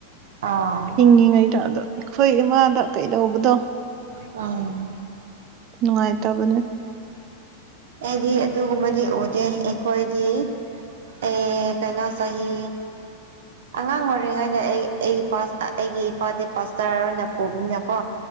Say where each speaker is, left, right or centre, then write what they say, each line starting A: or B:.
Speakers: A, on the right; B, on the right.
A: ꯑꯥ
B: ꯍꯤꯡꯉꯤꯉꯩꯗ ꯑꯗꯣ ꯑꯩꯈꯣꯏ ꯏꯃꯥꯗ ꯀꯩꯗꯧꯕꯗꯣ
A: ꯀꯪ
B: ꯅꯨꯡꯉꯥꯏꯇꯕꯅꯦ
A: ꯑꯩꯗꯤ ꯑꯗꯨꯒꯨꯝꯕꯗꯤ ꯑꯣꯏꯗꯦ ꯑꯩꯈꯣꯏꯗꯤ ꯑꯦ ꯀꯅꯣ ꯆꯍꯤ ꯑꯉꯥꯡ ꯑꯣꯏꯔꯤꯉꯩꯗ ꯑꯩ ꯑꯩꯒꯤ ꯑꯩꯒꯤ ꯏꯄꯥꯗꯤ ꯄꯥꯁꯇꯔ ꯑꯣꯏꯅ ꯄꯨꯕꯅꯤꯅꯀꯣ